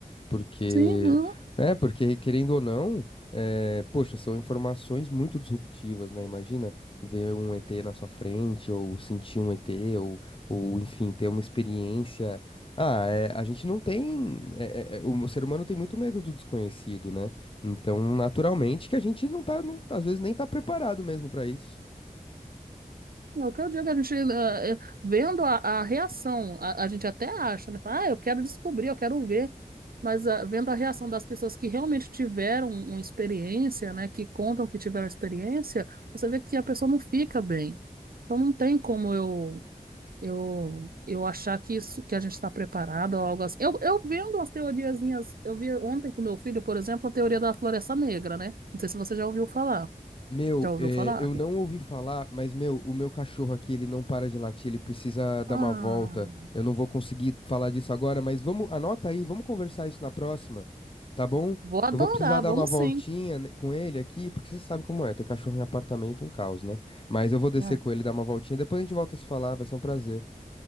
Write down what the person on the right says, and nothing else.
Sim, não
É o que eu digo, a gente, eh, eh, vendo a, a reação, a, a gente até acha, né? Fala, Ah, eu quero descobrir, eu quero ver. Mas ah, vendo a reação das pessoas que realmente tiveram um, uma experiência, né? Que contam que tiveram experiência, você vê que a pessoa não fica bem. Então não tem como eu eu, eu achar que isso que a gente está preparado ou algo assim. Eu, eu vendo as teoriazinhas, eu vi ontem com meu filho, por exemplo, a teoria da floresta negra, né? Não sei se você já ouviu falar.
Já ouviu
falar?
Ah.
Vou adorar,
vamos
sim.
Ah,